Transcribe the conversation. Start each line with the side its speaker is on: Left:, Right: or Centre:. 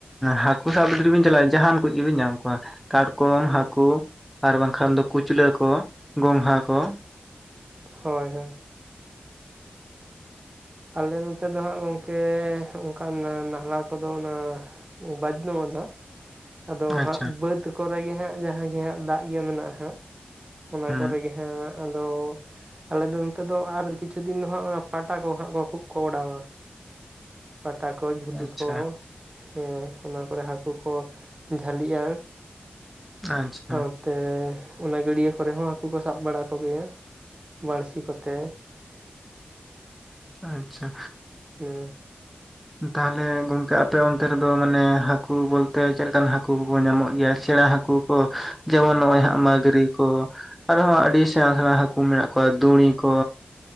Centre: ᱦᱟᱹᱠᱩ ᱥᱟᱵ ᱫᱚ ᱡᱩᱫᱤ ᱵᱤᱱ ᱪᱟᱞᱟᱜᱼᱟ ᱡᱟᱦᱟᱱ ᱠᱚᱩᱡ ᱜᱮ ᱵᱤᱱ ᱧᱟᱢ ᱠᱚᱣᱟ᱾ ᱠᱟᱴᱠᱚᱢ
Right: ᱦᱩᱸ
Centre: ᱦᱟᱹᱠᱩ ᱟᱨ ᱵᱟᱝ ᱠᱷᱟᱱ ᱫᱚ ᱠᱩᱪᱞᱟᱹ ᱠᱚ ᱜᱚᱢᱦᱷᱟ ᱠᱚᱼᱼ
Right: ᱦᱳᱭ ᱦᱳᱭ ᱟᱞᱮ ᱱᱚᱛᱮ ᱫᱚ ᱦᱟᱸᱜ ᱜᱚᱝᱠᱮ ᱚᱱᱠᱟᱱ ᱱᱟᱞᱦᱟ ᱠᱚᱫᱚ ᱚᱱᱟᱼᱼ ᱵᱟᱡᱱᱩ ᱟᱱᱟᱜ ᱟᱫᱚ
Centre: ᱟᱪᱪᱷᱟ
Right: ᱦᱟᱸᱜ ᱵᱟᱹᱫ ᱠᱚᱨᱮ ᱜᱮ ᱦᱟᱸᱜ ᱡᱟᱦᱟᱸ ᱜᱮ ᱦᱟᱸᱜ ᱫᱟᱜ ᱜᱮ ᱢᱮᱱᱟᱜᱼᱟ ᱦᱟᱸᱜ ᱚᱱᱟ
Centre: ᱦᱩᱸ
Right: ᱠᱚᱨᱮ ᱜᱮᱼᱼ ᱦᱮ ᱟᱫᱚ ᱟᱞᱮ ᱫᱚ ᱱᱚᱛᱮ ᱫᱚ ᱟᱨ ᱠᱤᱪᱷᱩ ᱫᱤᱱ ᱫᱚ ᱦᱟᱸᱜ ᱯᱟᱴᱟᱼᱼ ᱠᱚ ᱦᱟᱸᱜ ᱠᱷᱩᱵ ᱠᱚ ᱚᱰᱟᱣᱟ ᱯᱟᱴᱟ ᱠᱚ ᱡᱷᱩᱞᱤ
Centre: ᱟᱪᱪᱷᱟ
Right: ᱠᱚ, ᱦᱮᱸ ᱚᱱᱟ ᱠᱚᱨᱮ ᱦᱟᱹᱠᱩ ᱠᱚ ᱡᱷᱟᱹᱞᱤᱜᱼᱟ᱾
Centre: ᱟᱪᱪᱷᱟ
Right: ᱥᱟᱶᱛᱮ ᱚᱱᱟ ᱜᱟᱹᱰᱭᱟᱹ ᱠᱚᱨᱮ ᱦᱚᱸ ᱦᱟᱹᱠᱩ ᱠᱚ ᱥᱟᱵ ᱵᱟᱲᱟ ᱠᱚ ᱜᱮᱭᱟ ᱵᱟᱹᱲᱥᱤ ᱠᱚᱛᱮᱼᱼ
Centre: ᱟᱪᱪᱷᱟ᱾
Right: ᱦᱩᱸᱻ
Centre: ᱛᱟᱞᱦᱮ ᱜᱚᱝᱼᱠᱮ ᱟᱯᱮ ᱚᱱᱛᱮ ᱨᱮᱫᱚ ᱢᱟᱱᱮ ᱦᱟᱹᱠᱩ ᱵᱚᱞᱛᱮ ᱪᱮᱫ ᱞᱮᱠᱟᱱ ᱦᱟᱹᱠᱩ ᱠᱚ ᱠᱚ ᱧᱟᱢᱚᱜ ᱜᱮᱭᱟ ᱥᱮᱬᱟ ᱦᱟᱹᱼᱼ ᱠᱩ ᱠᱚ ᱡᱮᱢᱚᱱ ᱱᱚᱜᱼᱚᱭ ᱦᱟᱸᱜ ᱢᱜᱽᱨᱤ ᱠᱚ ᱟᱨᱦᱚᱸ ᱟᱹᱰᱤ ᱥᱮᱬᱟ ᱥᱮᱬᱟ ᱦᱟᱠᱩ ᱢᱮᱱᱟᱜ ᱠᱚᱣᱟ ᱫᱩᱲᱤ ᱠᱚ